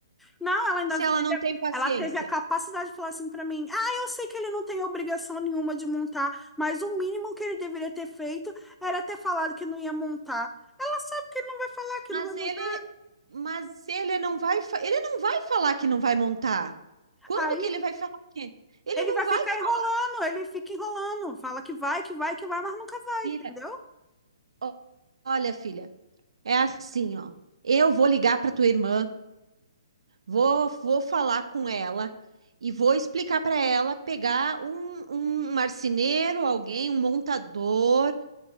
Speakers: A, in the centre; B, on the right (about 80°).
A: Não, ela ainda
B: se ela
A: teve,
B: não tem paciência.
A: ela teve a capacidade de falar assim pra mim: Ah, eu sei que ele não tem obrigação nenhuma de montar, mas o mínimo que ele deveria ter feito era ter falado que não ia montar. Ela sabe que ele não vai falar que
B: Mas
A: não vai montar.
B: ele, mas ele não vai, fa- ele não vai falar que não vai montar. Quando
A: Aí
B: que ele vai falar que? Ele
A: ele
B: não
A: vai
B: vai
A: ficar
B: falar,
A: enrolando, ele fica enrolando, fala que vai, que vai, que vai, mas nunca vai,
B: filha.
A: entendeu?
B: ó, Olha, filha. É assim, ó. Eu vou ligar para tua irmã, vou, vou falar com ela e vou explicar para ela pegar um, um marceneiro, alguém, um montador.